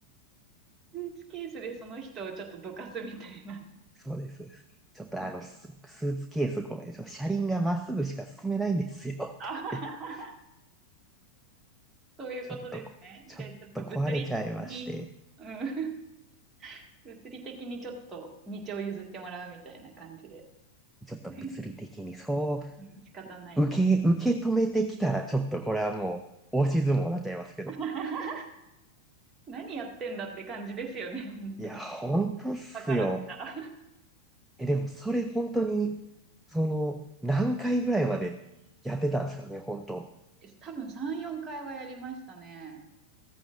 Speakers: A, on the right; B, in the centre.
A: スーツケースでその人をちょっとどかすみたいな。
B: そうです。そうですちょっとあの、
A: <laughs>
B: ススーツケースごめん。ちょっと車輪がまっすぐしか進めないんですよって言って。
A: あ
B: <laughs>
A: そういうことですね。
B: ちょっと、ちょっと壊れちゃいまして。
A: じゃあ、ちょっと物理的に、うん。物理的にちょっと道を譲ってもらうみたいな感じで。
B: ちょっと物理的にそ
A: <laughs> うん仕方ないか。
B: う、受け、受け止めてきたらちょっとこれはもう、押し相撲になっちゃいますけど。
A: <laughs> 何やってんだって感じですよね、本当。
B: いや、本当っすよ。
A: だから見たら。
B: え、でもそれ本当に、その、何回ぐらいまでやってたんですかね、本当。
A: <laughs> 多分3、4回はやりましたね。